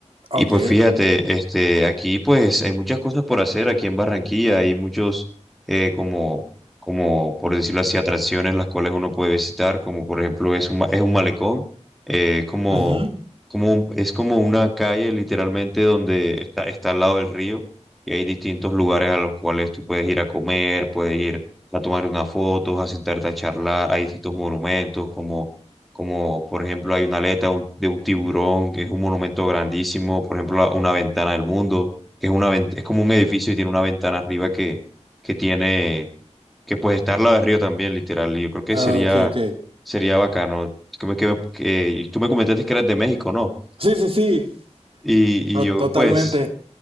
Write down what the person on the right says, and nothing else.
Ok.
Ujú.
Ah,
Ok, ok.
Sí, sí, sí.
To-
Totalmente.